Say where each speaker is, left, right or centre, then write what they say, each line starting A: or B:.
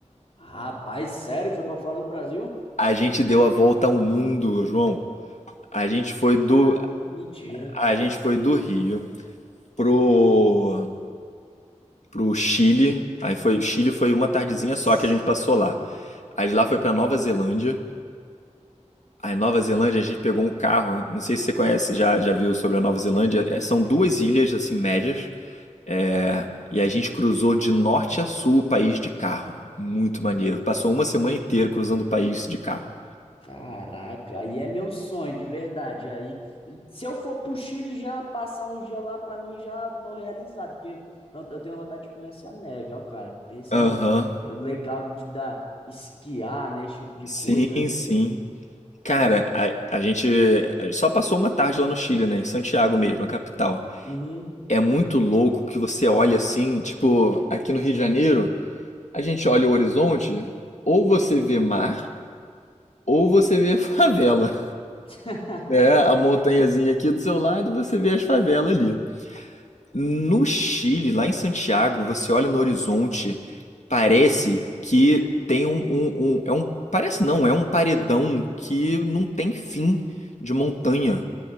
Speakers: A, on the left (about 50°); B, on the left (about 70°).
A: Rapaz, sério? Foi pra fora do Brasil?
B: A gente deu a volta ao mundo, João. A gente foi
A: Cara,
B: do,
A: mentira.
B: a gente foi do Rio pro, pro Chile. Aí foi, Chile foi uma tardezinha
A: Putz,
B: só que a gente passou lá. Aí de lá foi pra Nova Zelândia. Aí Nova Zelândia a gente pegou um carro. Não sei se você conhece, já, já viu sobre a Nova Zelândia. É, são duas ilhas assim médias. É, e a gente cruzou de norte a sul o país de carro. Muito maneiro. Passou uma semana inteira cruzando o país de carro.
A: caraca, aí é meu sonho, de verdade. Aí, se eu for pro Chile já passar um dia lá, pra mim já tô realizado, porque eu eu tenho vontade de conhecer a neve, ó, cara. Pensa
B: Aham.
A: no eu, legal de dar esquiar, né, esse tipo de
B: Sim,
A: coisa.
B: sim. Cara, a, a gente eh, só passou uma tarde lá no Chile, né? Em Santiago mesmo, a capital.
A: Uhum,
B: É muito louco que você olha assim, tipo, aqui no Rio de Janeiro, a gente olha o horizonte, ou você vê mar, ou você vê <laughs> favela,
A: <laughs>
B: né? A montanhazinha aqui do seu lado, você vê as favelas ali. No Chile, lá em Santiago, você olha no horizonte, parece que tem um, um, um- é um, parece não, é um paredão que não tem fim de montanha.